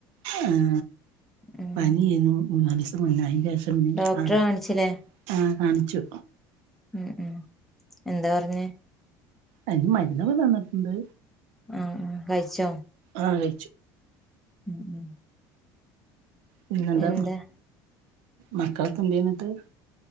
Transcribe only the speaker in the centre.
ഉം
ഡോക്ടറെ
കാണിച്ചില്ലേ
ഉം ഉം ന്താ പറഞ്ഞെ
ആഹ് ആഹ് കഴിച്ചോ
ഉം ഉം
എന്താ